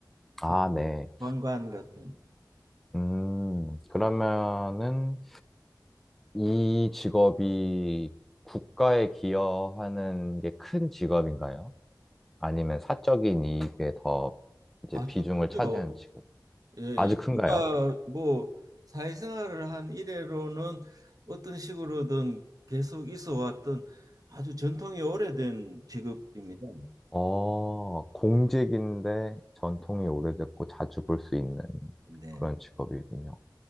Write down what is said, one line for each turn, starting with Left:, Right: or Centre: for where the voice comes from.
Centre: 아,
Right: 소방관
Centre: 네.
Right: 같은
Centre: 음, 그러면은 이 직업이 국가에 기여하는 게 큰 직업인가요? 아니면 사적인 이익에 더 이제
Right: 아주
Centre: 비중을
Right: 크죠.
Centre: 차지한 직업.
Right: 예, 예.
Centre: 아주 큰가요?
Right: 인류가 뭐 사회생활을 한 이래로는 어떤 식으로든 계속 있어 왔던 아주 전통이 오래된 직업입니다.
Centre: 어, 공직인데 전통이 오래됐고 자주 볼 수 있는
Right: 네.
Centre: 그런 직업이군요.